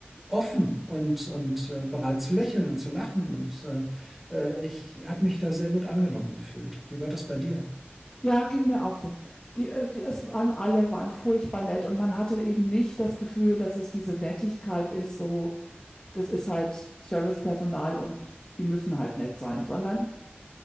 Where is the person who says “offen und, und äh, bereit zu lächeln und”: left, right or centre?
Centre